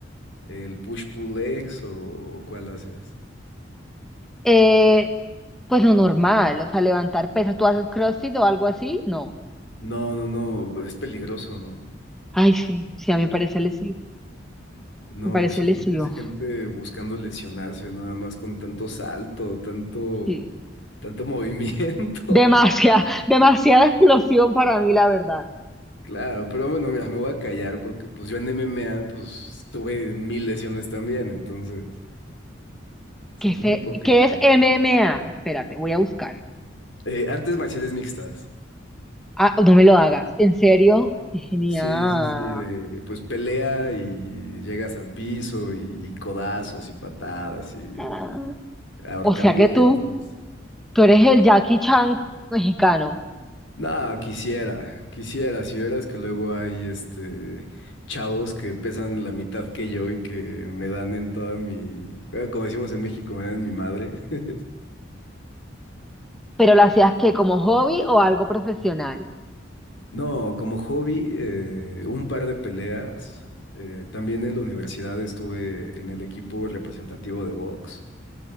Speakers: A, on the left; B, in the centre.
A: el push-pull legs o, o cuál haces?
B: Eh, pues lo normal, o sea, levantar pesas. ¿Tú haces CrossFit o algo así? No.
A: No, no, no, es peligroso, ¿no?
B: Ay, sí, sí, a mí me parece lesivo.
A: No,
B: Me parece
A: siento
B: lesivo.
A: que es gente buscando lesionarse nada más con tanto salto, tanto,
B: Sí.
A: tanto movimiento.
B: Demasiada,
A: <laughs>
B: <laughs> demasiada explosión para mí, la verdad.
A: Claro, pero bueno, mira, me voy a callar porque pues yo en MMA pues tuve mil lesiones también, entonces es
B: ¿Qué
A: un
B: es,
A: poco
B: e-
A: hipócrita.
B: qué es MMA? Espérate, voy a buscar.
A: Eh, artes marciales mixtas.
B: Ah, no me lo hagas. ¿En serio? Qué genial.
A: Sí, sí, sí, de pues pelea y llegas al piso y, y codazos y patadas y
B: Ah.
A: ahorcamientos.
B: O sea que tú, tú eres el Jackie Chan mexicano,
A: No, quisiera, quisiera, si vieras que luego hay este chavos que pesan la mitad que yo y que me dan en toda mi, bueno, como decimos en México, me dan en mi madre. <laughs>
B: pero lo hacías que como hobby o algo profesional.
A: No, como hobby, eh, un par de peleas. Eh, también en la universidad estuve en el equipo representativo de box.